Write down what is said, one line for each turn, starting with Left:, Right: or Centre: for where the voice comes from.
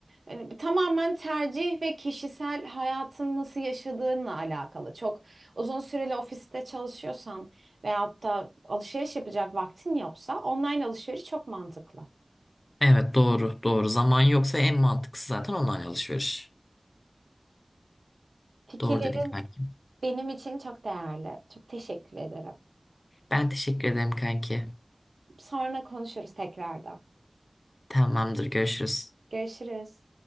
Right: Yani bu tamamen tercih ve kişisel hayatın nasıl yaşadığınla alakalı. Çok uzun süreli ofiste çalışıyorsan veyahut da alışveriş yapacak vaktin yoksa online alışveriş çok mantıklı.
Left: Evet doğru doğru. Zaman yoksa en mantıklısı zaten online alışveriş.
Right: Fikirlerin
Left: Doğru dedin kanki.
Right: benim için çok değerli. Çok teşekkür ederim.
Left: Ben teşekkür ederim kanki.
Right: Sonra konuşuruz tekrardan.
Left: Tamamdır görüşürüz.
Right: Görüşürüz.